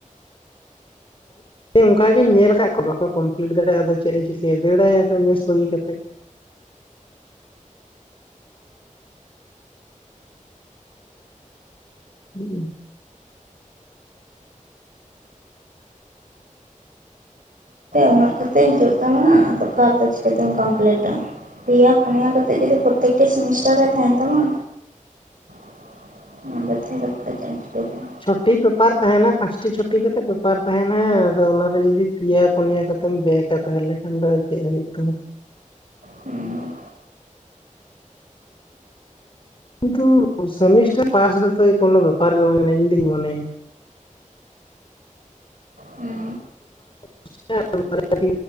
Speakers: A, on the left; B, on the right.
A: ᱚᱱᱠᱟᱜᱤᱧ ᱧᱮᱞ ᱟᱠᱟᱫ ᱠᱚᱣᱟ ᱵᱟᱠᱚ ᱠᱚᱢᱯᱞᱤᱴ ᱫᱟᱲᱮᱭᱟᱜᱼᱟ ᱟᱫᱚ ᱪᱮᱫ ᱮ ᱪᱤᱠᱟᱹᱭᱟ ᱫᱟᱹᱲᱟᱭ ᱢᱮᱥ ᱵᱟᱹᱜᱤ ᱠᱟᱛᱮᱜ <inaudible> ᱦᱩᱸᱜ
B: ᱩᱱᱟᱹᱜ ᱠᱟᱛᱮᱜ ᱦᱤᱡᱩᱜ ᱛᱟᱢᱟ ᱟᱫᱚ ᱠᱟᱨᱮ ᱫᱚ ᱪᱤᱠᱟᱹᱛᱮᱢ ᱠᱟᱢᱯᱞᱤᱴᱟ ᱯᱮᱭᱟ ᱯᱚᱱᱭᱟ ᱠᱟᱛᱮᱜ ᱡᱩᱫᱤ ᱯᱨᱚᱛᱛᱮᱠ ᱥᱮᱢᱤᱥᱴᱟᱨ ᱨᱮ ᱛᱟᱸᱦᱮᱱ ᱛᱟᱢᱟ᱾
A: <inaudible>
B: <inaudible> ᱠᱮᱭᱟ
A: ᱪᱷᱚᱴᱤ ᱯᱮᱯᱟᱨ ᱛᱟᱦᱮᱱᱟ ᱯᱟᱸᱪ ᱴᱤ ᱪᱷᱚᱴᱤ ᱠᱟᱛᱮᱜ ᱵᱮᱯᱟᱨ ᱛᱟᱦᱮᱱᱟ ᱟᱫᱚ ᱚᱱᱟᱨᱮ ᱡᱩᱫᱤ ᱯᱮᱭᱟ ᱯᱚᱱᱮᱭᱟ ᱠᱟᱛᱮᱢ ᱵᱮᱜ-ᱟ ᱛᱟᱦᱮᱞᱮ ᱠᱷᱟᱱ ᱫᱚ ᱪᱮᱫ <unintelligible>
B: ᱦᱩᱸ
A: ᱠᱤᱱᱛᱩ ᱥᱮᱢᱤᱥᱴᱟᱨ ᱯᱟᱥ ᱫᱚ ᱛᱚ ᱠᱚᱱᱳ ᱵᱮᱯᱟᱨ ᱜᱮ ᱵᱟᱝ ᱠᱟᱱᱟ ᱤᱧ ᱫᱩᱧ ᱢᱚᱱᱮᱭᱟ᱾
B: ᱦᱩᱸ
A: <inaudible>